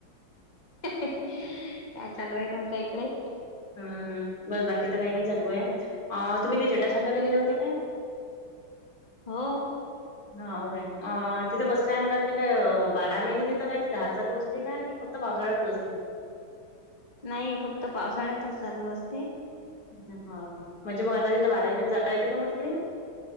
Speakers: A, on the left (about 25°); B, on the left (about 50°).
A: काय चालू आहे तुमच्या इकडे.
B: हम्म बस बाकी तर काही नाही चालुय. तुम्ही ते जटाशंकरला गेले होते का?
A: हो.
B: हा काे तिथं कसं काय मला वाटतं काय बारा महिने तिथं काय ते धार चालू असते का. फक्त पावसाळ्यातच असते.
A: नाही फक्त पावसाळ्यातच चालू असते.
B: हा. म्हणजे मग आता तिथं बाराही महिने जाता येते का मग तिकडे?